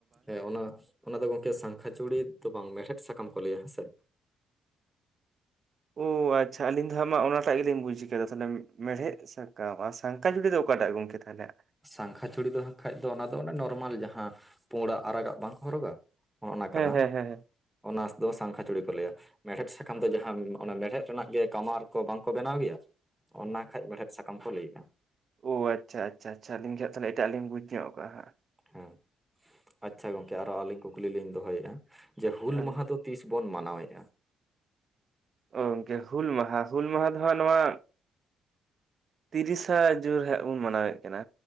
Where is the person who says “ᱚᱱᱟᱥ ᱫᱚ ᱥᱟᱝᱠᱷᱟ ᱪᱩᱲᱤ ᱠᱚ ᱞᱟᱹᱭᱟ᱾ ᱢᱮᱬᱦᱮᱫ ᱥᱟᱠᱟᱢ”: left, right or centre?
Centre